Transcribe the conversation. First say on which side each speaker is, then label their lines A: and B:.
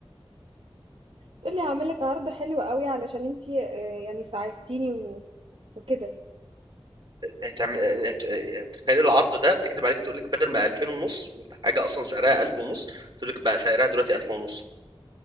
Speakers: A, on the right; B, on the right.
A: تقولي هعملك عرض حلو قوي علشان انتي آه، يعني ساعدتيني و... وكده
B: هتعمل هت- تخيل العرض ده بتكذب عليك تقول لك بدل ما 2000 ونص ولا حاجه اصلا سعرها 1000 ونص تقول لك بقى سعرها دلوقتي 1000 ونص